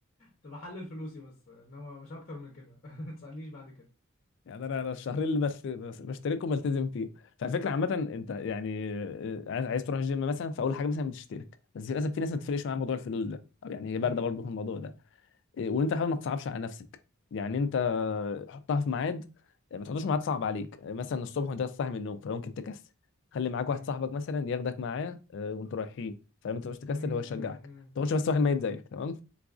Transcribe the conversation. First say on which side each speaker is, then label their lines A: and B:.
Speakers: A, on the left; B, on the left.
A: تبقى حل الفلوسي بس انما مش اكتر من كده <laughs> ما تسألنيش بعد كده
B: يعني انا انا الشهرين اللي بس... بس... بشتركهم بلتزم فيهم فالفكره عامه انت يعني آه، عايز عايز تروح الجيم مثلا فاول حاجه مثلا بتشترك بس للاسف في ناس
A: امم
B: ما بتفرقش معاها موضوع الفلوس ده أو يعني هي
A: امم
B: بارده برضه في الموضوع ده إيه، وان انت حاول ما تصعبش على نفسك يعني انت حطها في ميعاد إيه، ما تحطوش ميعاد صعب عليك إيه، مثلا الصبح وانت لسه صاحي من النوم فممكن تكسل خلي معاك
A: امم
B: واحد صاحبك مثلا ياخدك معاه آه، وانتوا رايحين فلما تبقاش تكسل
A: امم
B: هو يشجعك
A: امم
B: ما تقعدش بس واحد ميت
A: <laughs>
B: زيك تمام